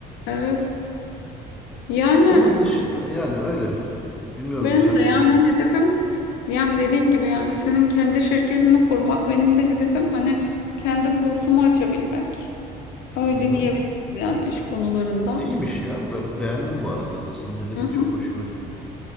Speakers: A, on the left; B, in the centre.
A: Evet. Yani
B: Onun dışında yani öyle. Bilmiyorum
A: benim
B: sen
A: de yani
B: ne düşünüyorsun?
A: hedefim yani dediğin gibi yani senin kendi şirketini kurmak benim de hedefim hani kendi kursumu açabilmek. Öyle
B: Hı hı.
A: diyebiliriz yani iş konularında.
B: İyiymiş ya. Ben beğendim bu arada. Senin hedefin
A: Hı hı.
B: çok hoşuma gitti.